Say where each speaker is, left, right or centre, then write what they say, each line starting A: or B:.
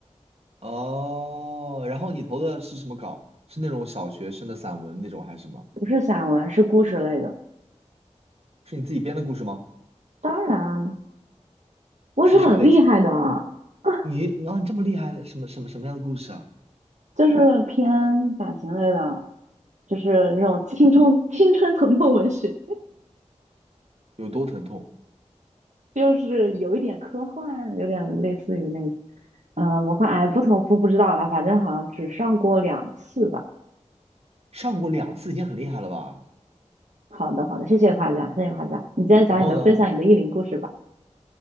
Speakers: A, on the right; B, on the right.
A: 哦，然后你投的是什么稿？是那种小学生的散文那种还是什么？
B: 不是散文，是故事类的。
A: 是你自己编的故事吗？
B: 当然，我是很厉害的啊，
A: 是什么类型？
B: 啊
A: 你你啊，你这么厉害，什么什么什么样的故事啊？
B: 就是偏感情类的，就是那种青春青春疼痛文学。
A: 有多疼痛？
B: 就是有一点科幻，有点类似于那嗯，魔幻，哎，不同不不知道啦，反正好像只上过两次吧。
A: 上过两次已经很厉害了吧？
B: 好的，好的，谢谢夸奖，谢谢夸奖。你再讲你的分享你的意林故事吧。
A: 然后呢？